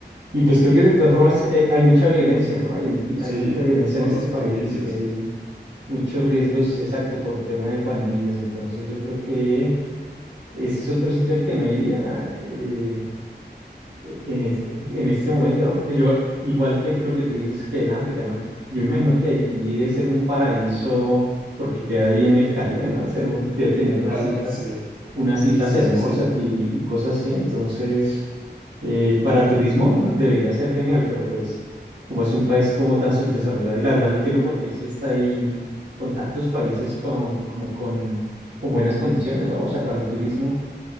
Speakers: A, on the right; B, on the right.
A: Y pues creo que de todas formas eh, hay mucha violencia, ¿no? Hay,
B: Sí,
A: hay mucha violencia en
B: por
A: este
B: las
A: país
B: pandillas.
A: y hay Muchos riesgos, exacto, por tema de pandillas. Entonces yo creo que ese es otro sitio al que no iría. eh, e- en, es- en este momento, ¿no? Porque yo, igual que lo que tú dices que en África, ¿no? Yo imagino que Haití debe ser un paraíso porque queda ahí en el Caribe, ¿no? Debe ser un, debe tener unas
B: Ala,
A: islas,
B: sí,
A: unas islas
B: sí,
A: hermosas
B: sí, sí.
A: y, y cosas así. Entonces, eh, para turismo <laughs> debería ser genial, pero pues como es un país como tan subdesarrollado y la verdad no entiendo por qué si está ahí con tantos países con, como con, con buenas condiciones, ¿no? O sea, para el turismo